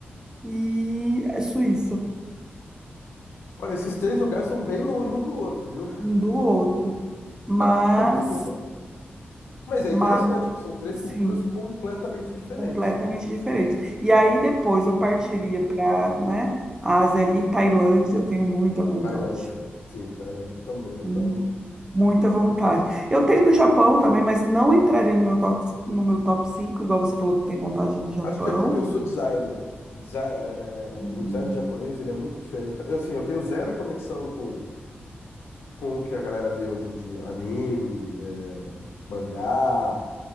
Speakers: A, on the right; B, on the left.
A: e Suíça,
B: Olha, esses três lugares são bem longe um do outro, viu?
A: um do outro. Mas,
B: <laughs> Desculpa. Mas é
A: mas
B: interessante, porque são três
A: sim,
B: culturas completamente diferentes,
A: completamente
B: né?
A: diferentes. E aí depois eu partiria para, né, Ásia ali, Tailândia, eu tenho muita vontade.
B: Tailândia, sim, Tailândia também
A: Hum,
B: tá no...
A: Muita vontade. Eu tenho do Japão também, mas não entraria no meu top, no meu top 5 igual você falou que tem vontade do Japão.
B: Acho que é porque eu sou designer. Desi- é, é, o,
A: Hum.
B: o design japonês, ele é muito diferente. Eu, assim, eu tenho zero conexão com com o que a galera vê hoje em dia, anime, eh, mangá,